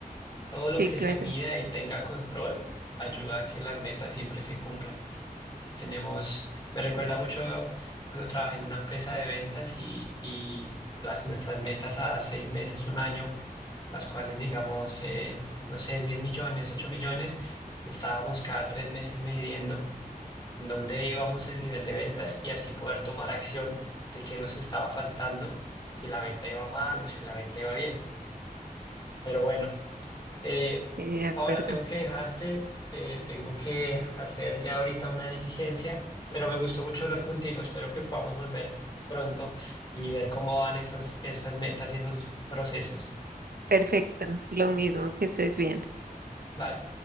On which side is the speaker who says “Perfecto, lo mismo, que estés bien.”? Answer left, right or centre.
Right